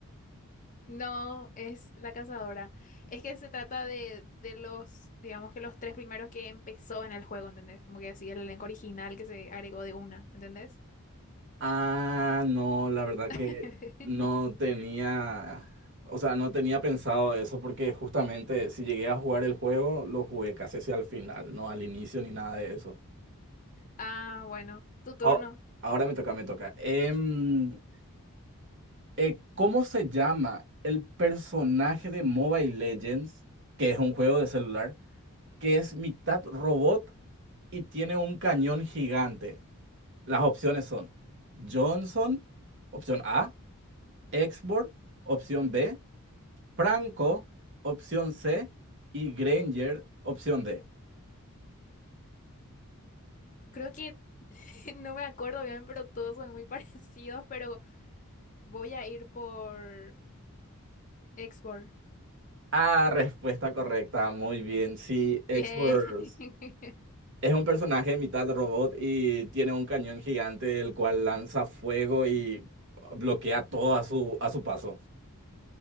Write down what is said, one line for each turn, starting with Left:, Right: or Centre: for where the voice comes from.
Left: No, es La Cazadora. Es que se trata de, de los, digamos que los tres primeros que empezó en el juego, ¿entendés? Como que así el elenco original que se agregó de una, ¿entendés?
Right: Ah, no, la verdad
Left: <laughs>
Right: que no tenía, o sea, no tenía pensado eso porque justamente si llegué a jugar el juego, lo jugué casi hacia el final, no al inicio ni nada de eso.
Left: Ah, bueno, tu turno.
Right: Ah, Ahora me toca, me toca. Em, eh, ¿cómo se llama el personaje de Mobile Legends, que es un juego de celular, que es mitad robot y tiene un cañón gigante? Las opciones son Johnson, opción A. Export, opción B, Franco, opción C y Granger, opción D.
Left: Creo que <laughs> no me acuerdo bien, pero todos son muy <laughs> parecidos, pero voy a ir por Export.
Right: Ah, <laughs> respuesta correcta, muy bien. Sí, Export
Left: Bien. <laughs>
Right: es un personaje mitad robot y tiene un cañón gigante el cual lanza fuego y bloquea todo a su, a su paso.